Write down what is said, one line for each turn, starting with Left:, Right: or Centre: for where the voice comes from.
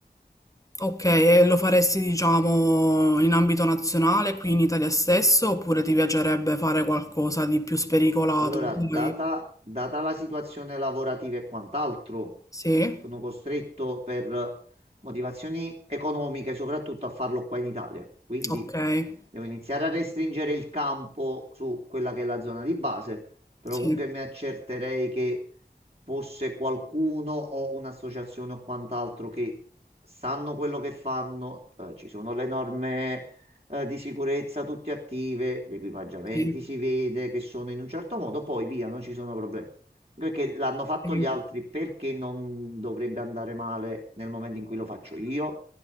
Left: Ok, e lo faresti diciamo in ambito nazionale, qui in Italia stesso, oppure ti piacerebbe fare qualcosa di più spericolato?
Right: Allora, data,
Left: sai?
Right: data la situazione lavorativa e quant'altro,
Left: Sì.
Right: sono costretto per motivazioni economiche soprattutto a farlo qua in Italia. Quindi
Left: Okay,
Right: devo iniziare a restringere il campo su quella che è la zona di base, però
Left: sì,
Right: comunque mi accerterei che fosse qualcuno o un'associazione o quant'altro che sanno quello che fanno, eh, ci sono le norme eh, di sicurezza tutte attive, gli equipaggiamenti
Left: sì,
Right: si vede che sono in un certo modo, poi via, non ci sono problemi. Perché l'hanno fatto
Left: sì.
Right: gli altri, perché non dovrebbe andare male nel momento in cui lo faccio io?